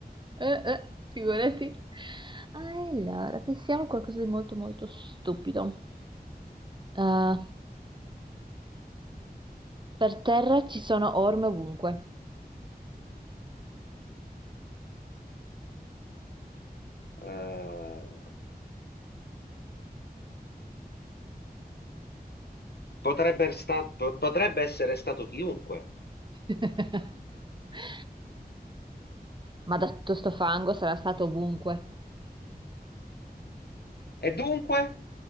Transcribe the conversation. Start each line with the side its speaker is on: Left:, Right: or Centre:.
Right: eh, eh, figurati. Allora, pensiamo a qualcosa di molto molto stupido. Eh, per terra ci sono orme ovunque.
Left: Eh, potrebbe, sta- po- potrebbe essere stato chiunque.
Right: <laughs> Ma da tutto sto fango sarà stato ovunque.
Left: E dunque?